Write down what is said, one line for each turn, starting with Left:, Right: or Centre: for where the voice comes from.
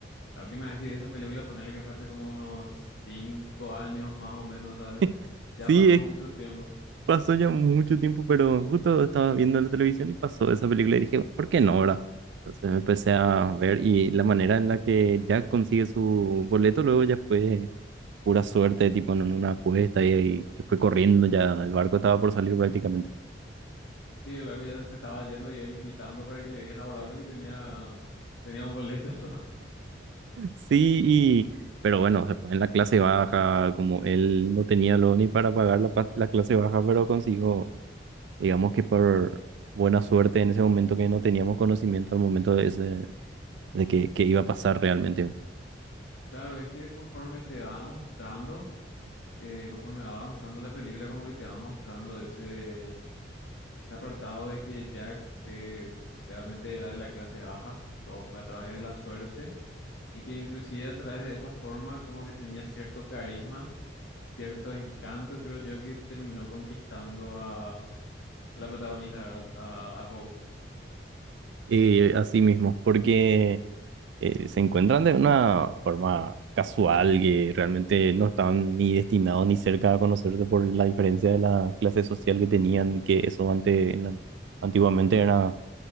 Left: la última vez que vi esa película, ponerle que fue hace como unos cinco años más o menos, ¿sabes?
Right: <laughs>
Left: Ya
Right: Sí,
Left: pasó
Right: es-
Left: <laughs> mucho tiempo.
Right: pasó ya mucho tiempo, pero justo estaba viendo la televisión y pasó esa película y dije, ¿por qué no, verdad? Entonces me empecé a ver y la manera en la que Jack consigue su boleto luego ya fue pura suerte, tipo en una apuesta y, y que fue corriendo ya, el barco estaba por salir prácticamente.
Left: Sí, el barco ya se estaba yendo y él gritando para que le dejen abordar porque tenía, tenía un boleto. <laughs>
Right: Sí, y, pero bueno, se fue en la clase baja, como él no tenía lo ni para pagar la, pa- la clase baja, pero consiguió, digamos que por buena suerte en ese momento que no teníamos conocimiento al momento de ese de que, que iba a pasar realmente.
Left: Claro, es que conforme te van mostrando. eh, conforme va avanzando la película, como que te va mostrando ese, ese apartado de que Jack es, realmente era de la clase baja, que todo fue a través de la suerte, y que inclusive a través de esa forma como que tenía cierto carisma, cierto encanto, creo yo, que terminó conquistando a, a la protagonista, ¿verdad? A, a Rose.
Right: Eh, así mismo, porque eh, se encuentran de una forma casual que realmente no estaban ni destinados ni cerca a conocerse por la diferencia de la clase social que tenían, que eso antes, en la- antiguamente era